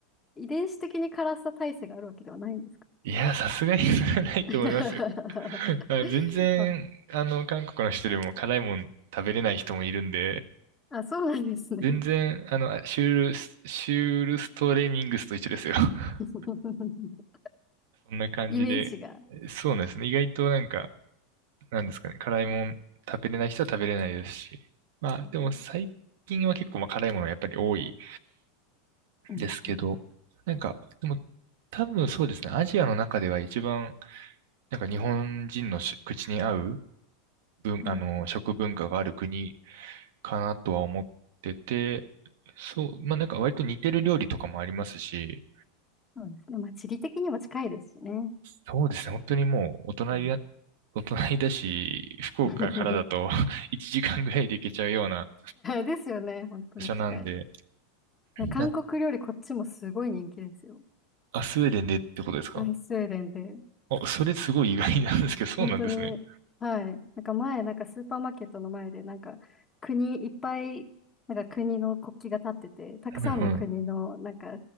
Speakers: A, on the left; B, on the right.
A: 遺伝子的に辛さ耐性があるわけではないんですか
B: いや、さすがにそれはないと思いますよ。
A: <laughs>
B: <laughs> あ全然、
A: あ、
B: あの、韓国の人でも辛いもん食べれない人もいるんで、
A: あ、そうなんですね。
B: 全然、あの、シュールス、シュールストレミングスと一緒ですよ。<laughs>
A: <laughs>
B: そんな感じで。
A: イメージが。
B: そうなんですね。意外となんか、なんですかね。辛いもん食べれない人は食べれないですし。まあ、
A: うん
B: でも最近は結構まあ辛いものはやっぱり多い
A: うんうん
B: ですけど、なんか、でも多分そうですね。アジアの中では一番、なんか日本人のし口に合う文、
A: うん
B: あの、食文化がある国かなとは思ってて、そう、まあなんか割と似てる料理とかもありますし、
A: そうですね。まあ、地理的にも近いですしね。
B: そうですね、本当にもうお隣だ、
A: うん
B: お隣だし、<laughs> 福岡からだと
A: <laughs>
B: <laughs> 1時間ぐらいで行けちゃうような
A: ですよね。本当に近い。
B: 場所なんで、
A: い
B: な、
A: や、韓国料理こっちもすごい人気ですよ。
B: あ、スウェーデンでってことですか
A: はい、スウェーデンで、
B: あ、それすごい意外なんですけど、そうなんですね。
A: 本当に、はい、なんか前、なんかスーパーマーケットの前で、なんか国いっぱい、なんか国の国旗が立ってて、たくさんの国の、
B: はいはい。
A: なんか